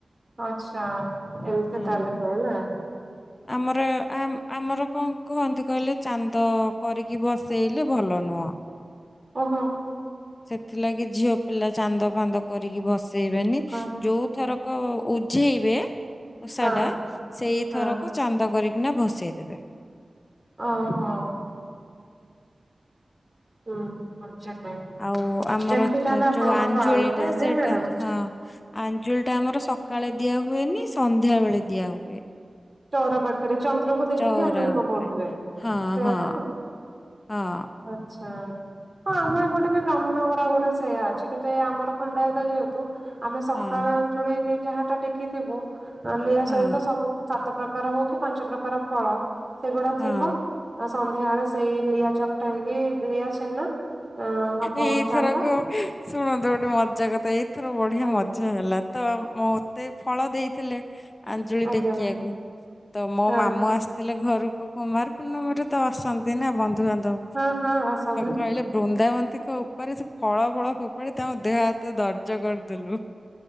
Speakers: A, on the right; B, on the left.
A: ଆଚ୍ଛା ଏମିତି
B: ହଁ।
A: ତାହଲେ ହୁଏ ନା?
B: ଆମର ଆ ଆମର କଣ କୁହନ୍ତି କହିଲେ ଚାନ୍ଦ କରିକି ଭସେଇଲେ ଭଲ ନୁହଁ।
A: ଓହୋ
B: ସେଥିଲାଗି ଝିଅ ପିଲା ଚାନ୍ଦ ଫାନ୍ଦ କରିକି ଭସ ଇବେନି
A: ଆଚ୍ଛା
B: ଯୋଉ ଥରକ ଉଝେଇବେ ଓଷା
A: ହଁ।
B: ଟା ସେଇ
A: ହଁ
B: ଥରକ ଚାନ୍ଦ କରିକିନା ଭସେଇଦେବେ।
A: ଓ ହୋ ହୁଁ ବୁଝିଲି
B: ଆଉ ଆମର
A: ଏମିତି ତାହେଲେ ଆପଣଙ୍କର
B: ଯୋଉ ଆଞ୍ଜୁଳି
A: ପାଳନ ହୁଏ
B: ଟା
A: ନାଇଁ
B: ସେଇଟା
A: ମ୍ୟାଡାମ
B: ହଁ ଆଞ୍ଜୁଳି ଟା ଆମର ସକାଳେ ଦିଆ ହୁଏନି ସନ୍ଧ୍ୟା ବେଳେ ଦିଆ ହୁଏ।
A: ଚଉରା ପାଖରେ ଚନ୍ଦ୍ରକୁ ଦେଖିକି
B: ଚଉଁରାଁ
A: ଆଞ୍ଜୁଳି ପକଉଥିବେ
B: ଉପରେ ହଁ
A: ସେଇଆ
B: ହଁ।
A: ତ
B: ହଁ।
A: ଆଚ୍ଛା ହଁ ଆମର ଏପଟେ ବି ବ୍ରାହ୍ମଣ ଘର ଗୋଟେ ସେଇୟା ଅଛି। କିନ୍ତୁ ଏଇ ଆମର ଖଣ୍ଡାୟତ ଯେହେତୁ ଆମେ ସକାଳେ
B: ହଁ
A: ଆଞ୍ଚୁଳି ଯାହାଟା ଟେକିଥିବୁ ନହେଲେ ଇୟା
B: ହଁ
A: ସହିତ ସବୁ ସାତ ପ୍ରକାର ହଉ କି ପାଞ୍ଚ ପ୍ରକାର ଫଳ ସେଗୁଡ଼ା
B: ହଁ।
A: ଥିବ। ଆଉ ସନ୍ଧ୍ୟାବେଳେ ସେଇ ଲିଆ ଚକୁଟା ହେଇକି ଲିଆ ଛେନା ହବ
B: ଏଇଥରକ
A: ଚାନ୍ଦ।
B: ଶୁଣନ୍ତୁ ଗୋଟେ ମଜା କଥା ଏଇଥର ବଢ଼ିଆ
A: ଆଜ୍ଞା
B: ମଜା ହେଲା। ତ ମୋତେ ଫଳ ଦେଇଥିଲେ ଆଞ୍ଜୁଳି
A: ଆଜ୍ଞା
B: ଟେକିଆକୁ ତ ମୋ
A: ହଁ
B: ମାମୁଁ ଆସ ଥିଲେ ଘରକୁ କୁମାର ପୂର୍ଣ୍ଣମରେ ତ ଆସନ୍ତି ନା ବନ୍ଧୁବାନ୍ଧବ
A: ହଁ ହଁ ଆସନ୍ତୁ
B: କହିଲେ ବୃନ୍ଦାବନ୍ତୀଙ୍କ ଉପରେ ସେ ଫଳ ଫଳ ଫୋପାଡ଼ି ତାଙ୍କ ଦେହ ହାତ ଦର୍ଜ କରିଦେଲୁ।